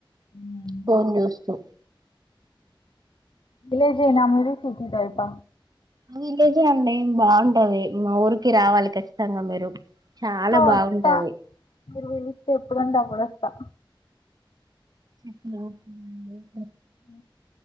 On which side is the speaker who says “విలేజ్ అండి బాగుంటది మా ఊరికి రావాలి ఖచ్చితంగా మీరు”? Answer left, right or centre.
Right